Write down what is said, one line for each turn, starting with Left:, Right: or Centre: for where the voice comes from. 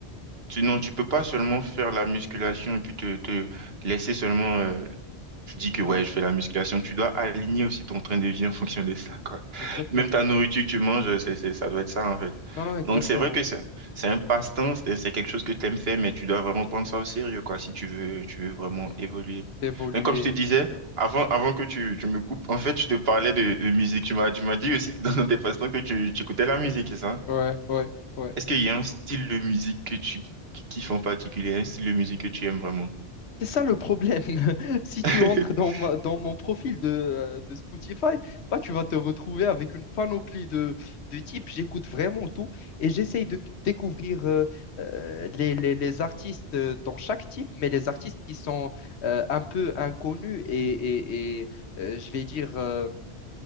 Right: Tu, non, tu peux pas
Left: Ouais,
Right: seulement faire la musculation et puis te, te laisser seulement... euh, tu dis que ouais,
Left: ouais.
Right: je fais la musculation. Tu dois aligner aussi ton train de vie en <laughs> fonction de ça, quoi.
Left: Exactement.
Right: Même ta nourriture que tu manges, euh, c'est, c'est- ça doit être ça, en fait.
Left: Non, non, exactement.
Right: Donc, c'est vrai que c'est c'est un passe-temps, c'est c'est quelque chose que tu aimes faire, mais tu dois vraiment prendre ça au sérieux, quoi, si tu veux, tu veux vraiment
Left: Mhm.
Right: évoluer.
Left: D'évoluer,
Right: Mais comme je te disais,
Left: exactement.
Right: avant, avant que tu, tu me coupes, en fait, je te parlais de, de musique. Tu m'as, tu m'as dit aussi que dans tes passe-temps que tu, tu écoutais la musique, c'est ça?
Left: Ouais, ouais, ouais.
Right: Est-ce qu'il y a un style de musique que tu qui kiffes en particulier, un style de musique que tu aimes vraiment?
Left: C'est ça le problème. <laughs> Si tu
Right: <laughs>
Left: entres dans ma- dans mon profil de, euh, de Spotify, bah, tu vas te retrouver avec une panoplie de, de types. J'écoute vraiment tout et j'essaye de découvrir euh, euh, les, les- les artistes euh, dans chaque type, mais les artistes qui sont euh, un peu inconnus et, et- et, euh, je vais dire euh,